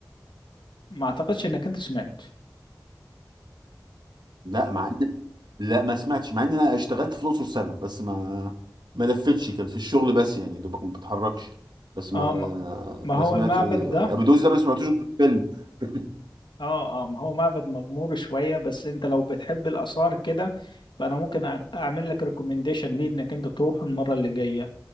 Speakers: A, on the left; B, on the right.
A: ما أعتقدش إنك أنت سمعت
B: لا مع إن لا ما سمعتش مع ان انا اشتغلت في الاقصر سنة بس ما ما لفتش كان في الشغل بس يعني دوبك ما بتحركش بس ما
A: اه ما ما
B: ما
A: هو
B: سمعتش
A: المعبد
B: آه،
A: ده
B: ابو دوس ده ما سمعتوش في الفيلم <laughs>
A: اه اه ما هو معبد مغمور شوية بس انت لو بتحب الآثار كده فأنا ممكن أع- أعمل لك ريكومنديشن ليه إنك أنت تروح المرة اللي جاية